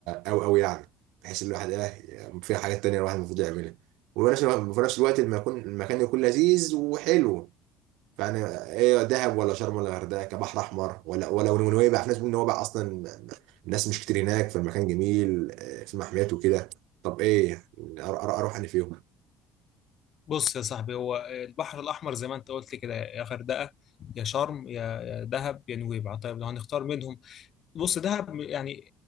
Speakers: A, on the right (about 80°); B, on the left (about 45°).
A: أوي أوي يعني بحيث إن الواحد إيه فيها حاجات تانية الواحد المفروض يعملها وفي نفس الوقت في نفس الوقت لما يكون المكان يكون لذيذ وحلو فأنا إيه دهب ولا شرم ولا غردقة كبحر أحمر ولا ولا نويبع في ناس بتقول نويبع أصلا الناس مش كتير هناك فالمكان جميل آه، في محميات وكده طب إيه أر- أر- أروح أنا فيهم
B: بص يا صاحبي هو البحر الأحمر زي ما أنت قلت كده يا غردقة يا شرم يا يا دهب يا نويبع طيب لو هنختار منهم بص دهب يعني